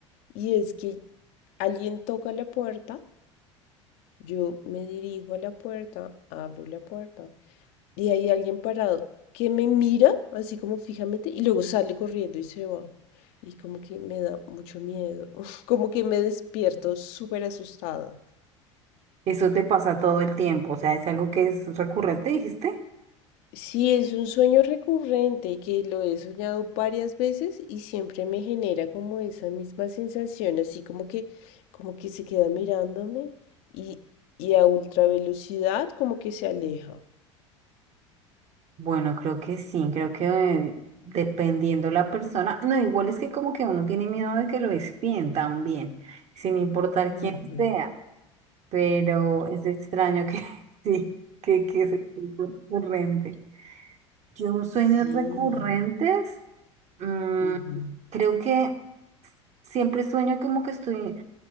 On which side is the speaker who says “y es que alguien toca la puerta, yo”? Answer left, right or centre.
Left